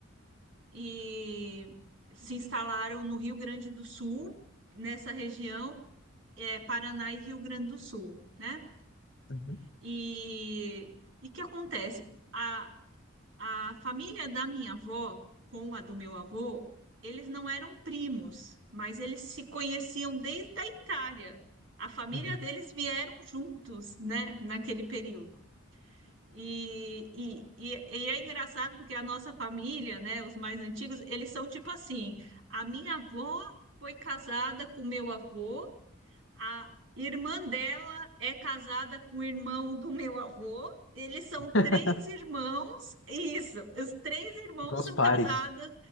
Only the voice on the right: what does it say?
e se instalaram no Rio Grande do Sul, nessa região, é, Paraná e Rio Grande do Sul, né?
E o que acontece? A, a família da minha avó com a do meu avô, eles não eram primos, mas eles se conheciam desde a Itália. A família
deles vieram juntos, né, naquele período. E, e, e, e é engraçado porque a nossa família, né, os mais antigos, eles são tipo assim: a minha avó foi casada com meu avô, a irmã dela é casada com o irmão do meu avô. Eles são
três irmãos, isso, os três irmãos
são
casados,